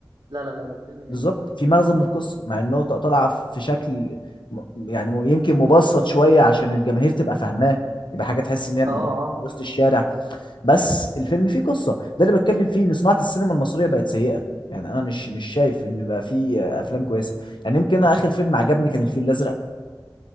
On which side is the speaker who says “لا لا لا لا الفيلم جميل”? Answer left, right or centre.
Right